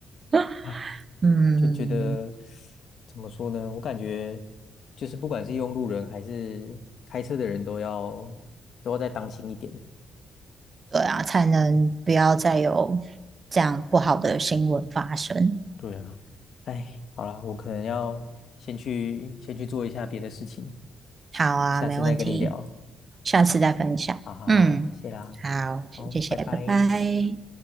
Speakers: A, on the right; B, on the left.
A: <laughs>
B: 哎，
A: 嗯。
B: 就觉得怎么说呢？我感觉就是不管是用路人还是开车的人都要都要再当心一点。
A: 对啊，才能不要再有这样不好的新闻发生。
B: 对啊，哎，好啦，我可能要先去先去做一下别的事情，
A: 好啊，
B: 下次再跟你聊。
A: 没问题，下次再分享。
B: 好好好，
A: 嗯，
B: 谢啦，
A: 好，
B: 好，
A: 谢谢，
B: 拜拜。
A: 拜拜。